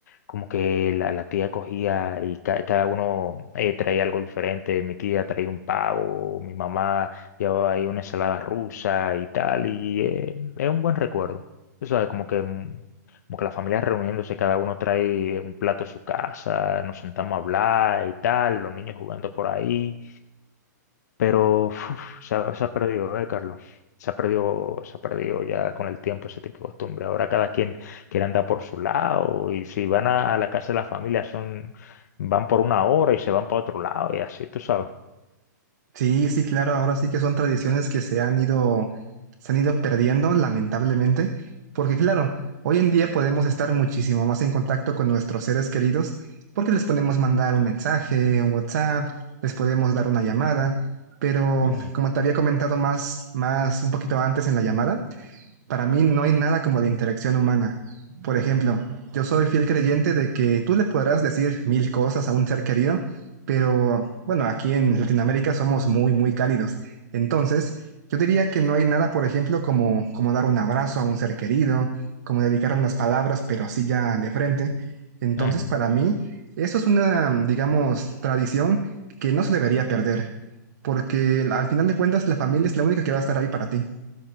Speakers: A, on the left; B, on the right.
A: como que la, la tía cogía y ca- cada uno eh, traía algo diferente. Mi tía traía un pavo, mi mamá llevaba ahí una ensalada rusa y tal, y eh, es un buen recuerdo. O sea, como que, mm, como que la familia reuniéndose, cada uno trae un plato a su casa, nos sentamos a hablar y tal, los niños jugando por ahí. Pero uf, se ha, se ha perdido, ¿eh, Carlos? Se ha perdido, se ha perdido ya con el tiempo ese tipo de costumbre. Ahora cada quien quiere andar por su lado y si van a, a la casa de la familia son, van por una hora y se van para otro lado y así, tú sabes.
B: Sí, sí, claro, ahora sí que son tradiciones que se han ido, se han ido perdiendo, lamentablemente, porque claro, hoy en día podemos estar muchísimo más en contacto con nuestros seres queridos porque les podemos mandar un mensaje, un WhatsApp, les podemos dar una llamada, pero
A: Ujú,
B: como te había comentado más, más un poquito antes en la llamada, Para mí no hay nada como la interacción humana. Por ejemplo, yo soy fiel creyente de que tú le podrás decir mil cosas a un ser querido, pero bueno, aquí en Latinoamérica somos muy, muy cálidos. Entonces, yo diría que no hay nada, por ejemplo, como, como dar un abrazo a un ser querido, como dedicar unas palabras, pero así ya de frente. Entonces,
A: ujú,
B: para mí, eso es una, digamos, tradición que no se debería perder, porque al final de cuentas la familia es la única que va a estar ahí para ti.